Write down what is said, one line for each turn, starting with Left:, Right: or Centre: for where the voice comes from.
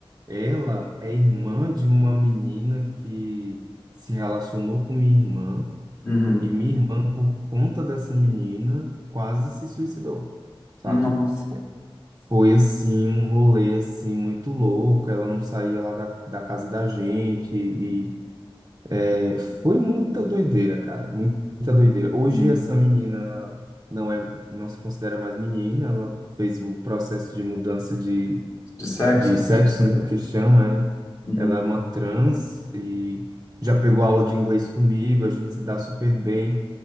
Right: ela é irmã de uma menina que se relacionou com minha irmã
Left: Uhum.
Right: e minha irmã, por conta dessa menina, quase se suicidou, sabe?
Left: Nossa,
Right: Foi assim, um rolê assim muito louco. Ela não saía lá da, da casa da gente e é, foi muita doideira, cara, muita doideira. Hoje
Left: Hum.
Right: essa menina ela não é, não se considera mais menina. Ela fez o processo de mudança de,
Left: de sexo?
Right: de sexo, né, que chama, é.
Left: Uhum.
Right: Ela é uma trans e já pegou aula de inglês comigo. A gente se dá super bem.